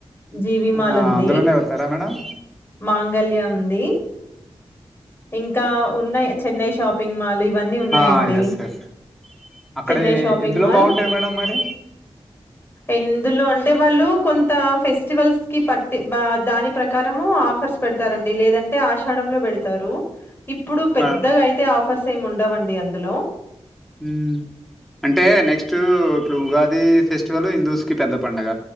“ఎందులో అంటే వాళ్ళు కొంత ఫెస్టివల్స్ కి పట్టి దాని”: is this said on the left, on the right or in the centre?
Left